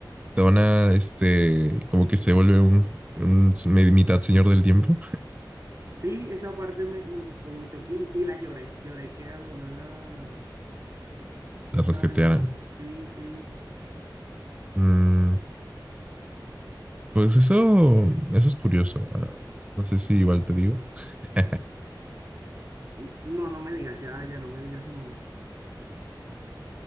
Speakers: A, on the right; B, on the right.
A: Donna, este, como que se vuelve un, un me- mitad señor del tiempo,
B: Sí, esa parte me, me gustó mucho y, y la lloré, lloré que a Donna la, pues
A: la resetearan.
B: la dejaron. Sí, sí.
A: Mm, pues eso, eso es curioso. Ah, No sé si igual te digo. <laughs>
B: N- No, no me digas, ya, ya no me digas <laughs> nada.